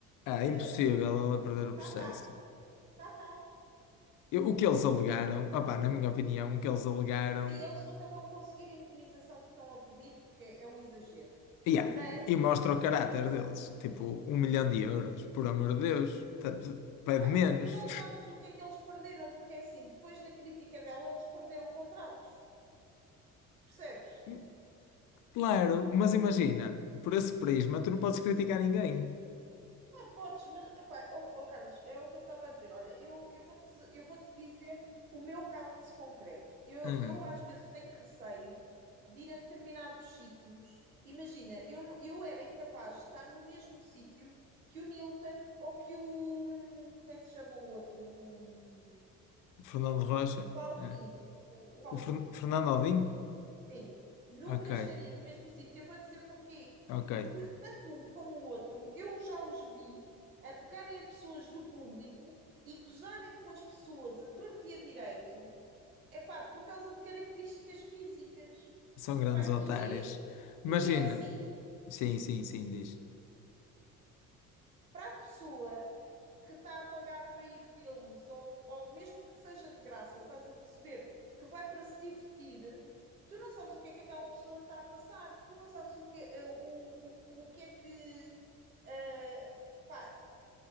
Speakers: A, on the left; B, on the right.
A: Ah,
B: Ah,
A: é impossível ela perder o
B: tá,
A: processo.
B: tá, tá, tá.
A: Eu- o que eles alegaram, opá, na minha opinião, o que eles alegaram,
B: É Assim, eles nunca vão conseguir a indemnização que estão a pedir, porque é, é um exagero.
A: yeah,
B: Mas,
A: e mostra o caráter deles, tipo, um milhão de euros, por amor de Deus, t- t- pede
B: pá,
A: menos.
B: tu não sabes o que é que eles perderam, porque é assim, depois da crítica dela, eles perderam contratos, percebes?
A: <laughs> Claro, mas imagina, por esse prisma, tu não podes criticar ninguém.
B: Ah, podes, mas, epá, oh, oh, Carlos, era o que eu estava a dizer. Olha, eu, eu vou-te, eu vou-te dizer o meu caso concreto. Eu,
A: Hum,
B: eu às vezes tenho receio de ir a determinados sítios. Imagina, eu, não- eu era incapaz de estar no mesmo sítio que o Nilton ou que o. hum, Como é que se chama o outro? O, hum,
A: Fernando Rocha,
B: o Alvin.
A: é.
B: O, o Alvin.
A: O Fer- Fernando Aldinho?
B: Sim, nunca
A: Ok,
B: estaria no mesmo sítio. Eu vou dizer porquê.
A: ok,
B: Porque tanto um como o outro, eu já os vi a pegarem a pessoas do público e gozarem com as pessoas a torto e a direito, epá, por causa de características físicas.
A: são grandes
B: Pá,
A: otários.
B: e é,
A: Imagina,
B: e é assim,
A: sim, sim, sim, diz.
B: para a pessoa que está a pagar para ir vê-los, ou, ou mesmo que seja de graça, estás a perceber que vai para se divertir, tu não sabes o que é que aquela pessoa está a passar, tu não sabes o que é, eh, o, o, o que, é que eh, pá,